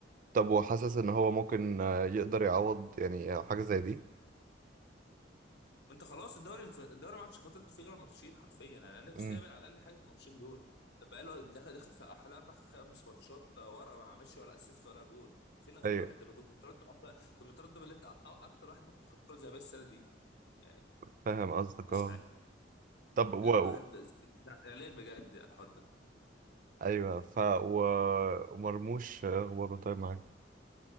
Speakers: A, on the right; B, on the left.
A: طب وحاسس ان هو ممكن آه، يقدر يعوض يعني حاجة زي دي
B: ما انت خلاص الدوري الدوري ما عادش فاضل فيه غير ماتشين حرفيا يعني انا نفسي
A: امم
B: يعمل على الاقل حاجه في الماتشين دول طب بقاله داخل داخل في حوالي اربع خمس ماتشات ورا ما عملش ولا اسيست ولا جول انت فين يا صلاح
A: ايوه
B: انت كنت مترتب اكتر كنت مترتب اللي انت أ- أ- اكتر واحد ممكن تاخد كره ذهبيه السنه دي يعني
A: فاهم قصدك
B: مش
A: اه
B: عارف
A: طب و...
B: يعني الواحد زعلان بجد على الحوار ده
A: ايوه ف و... ومرموش آه، اخباره طيب معاك